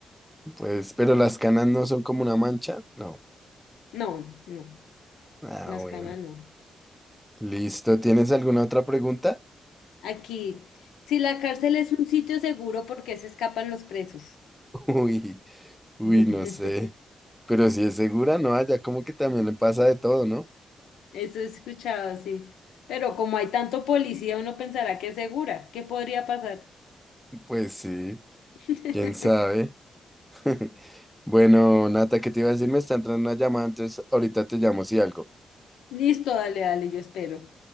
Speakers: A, in the centre; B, on the left.
A: Pues, pero las canas no son como una mancha. No.
B: No, no,
A: Ah,
B: las
A: bueno.
B: canas no.
A: Listo. ¿Tienes alguna otra pregunta?
B: Aquí, si la cárcel es un sitio seguro, ¿por qué se escapan los presos?
A: <laughs> Uy, uy,
B: <laughs>
A: no sé. Pero si es segura, no, allá como que también le pasa de todo, ¿no?
B: Eso he escuchado, sí. Pero como hay tanto policía, uno pensará que es segura. ¿Qué podría pasar?
A: Pues sí,
B: <laughs>
A: quién sabe. <laughs> Bueno, Nata, ¿qué te iba a decir? Me está entrando una llamada, entonces ahorita te llamo si algo.
B: Listo, dale, dale, yo espero.